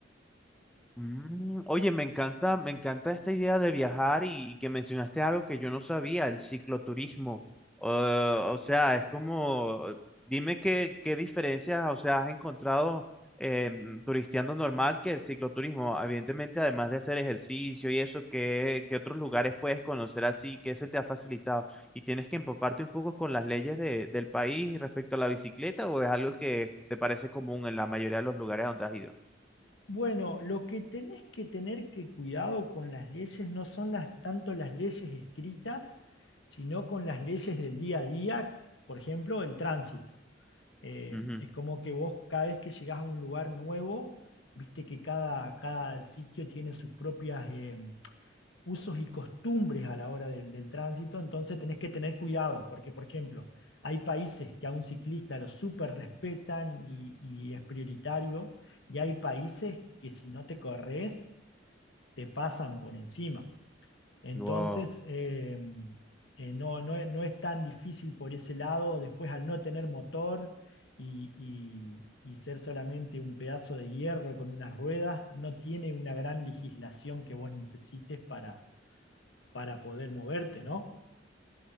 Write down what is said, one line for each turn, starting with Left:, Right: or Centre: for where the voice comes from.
Centre: Mm, oye, me encanta, me encanta esta idea de viajar y, y que mencionaste algo que yo no sabía, el cicloturismo. Eh, o sea, es como, dime qué, qué diferencias, o sea, has encontrado eh, turisteando normal que el cicloturismo. Evidentemente, además de hacer ejercicio y eso, ¿qué, qué otros lugares puedes conocer así? ¿Qué se te ha facilitado? ¿Y tienes que empaparte un poco con las leyes de- del país respecto a la bicicleta o es algo que te parece común en la mayoría de los lugares donde has ido?
Left: Bueno, lo que tenés que tener que cuidado con las leyes no son las, tanto las leyes escritas, sino con las leyes del día a día, por ejemplo, el tránsito. Eh,
Centre: Ujú.
Left: es como que vos cada vez que llegás a un lugar nuevo, viste que cada, cada sitio tiene sus propias eh, usos y costumbres a la hora del, del tránsito, entonces tenés que tener cuidado, porque por ejemplo, hay países que a un ciclista lo súper respetan y, y es prioritario, y hay países que si no te corres, te pasan por encima. Entonces,
Centre: Wow.
Left: eh, eh, no, no, es- no es tan difícil por ese lado, después al no tener motor y, y- y ser solamente un pedazo de hierro con unas ruedas, no tiene una gran legislación que vos necesites para para poder moverte, ¿no?